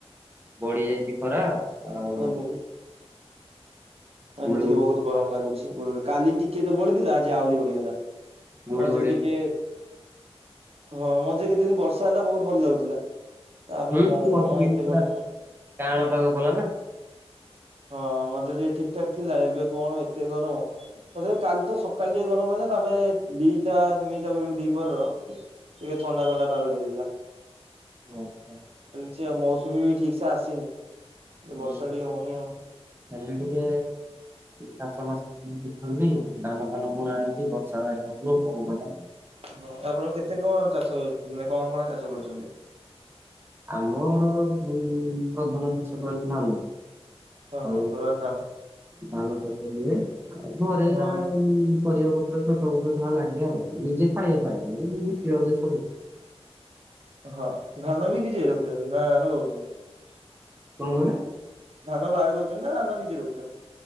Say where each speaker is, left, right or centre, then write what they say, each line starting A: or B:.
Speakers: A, on the right; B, on the right.
A: ବଢି ଯାଇଛି ଖରା, ଆଉ।
B: ବହୁତ ଆଜି
A: ଗୁଳୁଗୁଳି
B: ଟିକେ ବହୁତ ଗରମ ଲାଗୁଛି। କାଲି ଟିକେ ବଢିଥିଲା, ଆଜି ଆହୁରି ବଢିଗଲା।
A: ଗୁଳୁ
B: ମଝିରେ
A: ଗୁଳି।
B: ଟିକେ ହଁ, ମଝିରେ କେତେଦିନ ବର୍ଷା ହେଲା, ବହୁତ ଭଲ ଲାଗୁଥିଲା। ତାପରେ
A: ହୁଁ,
B: କଣ
A: ମଝିରେ
B: ଏତେ
A: ବି ପୁରା
B: ବଢି
A: କଅଁଳ ପାଗ କଲା ନା।
B: ହଁ, ମଝିରେ ଟିକେ ଠିକ, ଠାକ ଥିଲା। ଏବେ କଣ ଏତେ ଗରମ। ତଥାପି, କାଲି ତ ସକାଳ ଟିକେ ଗରମ ହେଲା ତାପରେ, ଦିଟା ତିନିଟା ବେଳକୁ ଦିପହର, ଟିକେ ଥଣ୍ଡା, ଥଣ୍ଡା ପାଗ ଦେଇଥିଲା।
A: ଆଚ୍ଛା।
B: ସେ ମୌସୁମୀ ବି ଠିକ୍ ସେ ଆସିନି। ଏ
A: ହୁଁ
B: ବର୍ଷା ଟିକେ ହଉନି ଆଉ।
A: ହେଲେ ଟିକେ ଚାଷ, ବାସ କେ ବୁନି, ଦାନ ଫାନ ବୁଣା ହେଇକି, ବର୍ଷା ନାହିଁ କଣ କରି ବା
B: ହଁ ଆପଣ କେତେ କଣ, ଚାଷ ହୋ- ମାନେ କଣ, କଣ ଚାଷ କରୁଛନ୍ତି?
A: ଆମର, ପ୍-ପ୍ରଧାନ ଚାଷ କହିଲେ ଧାନ।
B: ହଁ
A: ଆଉ
B: ହଁ ସୋରାନ ଧାନ।
A: ଧାନ ଚାଷ ହୁଏ, ଆଉ ଘରେ
B: ହଁ
A: ଯାହା, ପରିବା ପତ୍ର, ଛୋଟ ମୋଟ ଯାହା ଲାଗେ ଆଉ। ନିଜେ ଖାଇବା ପାଇଁ। ବିକିବା ଉଦେସ
B: ହଁ। ଧାନ ବି ନିଜେ ରଖୁଛନ୍ତି ନା ଧାନ ଦଉଛନ୍ତି?
A: କଣ କହିଲେ?
B: ଧାନ ବାହାରେ ଦଉଛନ୍ତି ନା, ଧାନ ନିଜେ ରଖୁଛନ୍ତି?